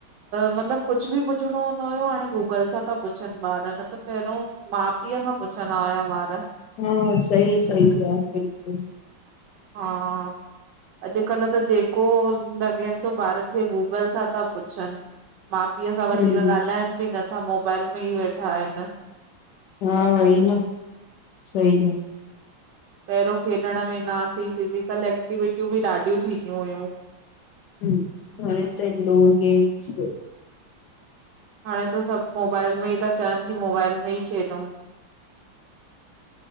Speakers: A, on the right; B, on the left.
A: मतलबु कुझु बि पुछिणो हूंदो हुयो हाणे गूगल सां था पुछनि ॿार न त पहिरों माउ पीउ खां पुछंदा हुया ॿार
B: हा सही सही आ बिल्कुलु
A: हा अॼुकल्ह त जेको लॻेनि थो ॿारनि खे गूगल सां था पुछनि माउ पीउ सां वधीक
B: हम्म
A: ॻाल्हाइनि बि नथा मोबाइल में ई वेठा आहिनि।
B: हा वई न सही आ
A: पहिरियों खेॾण वेंदासीं फिजिकल एक्टिविटियूं बि ॾाढियूं थींदियूं हुयूं।
B: हम, हाणे त इंडोर गेम्स
A: हाणे त सभु मोबाइल में ई था चवनि की मोबाइल में ई खेॾउ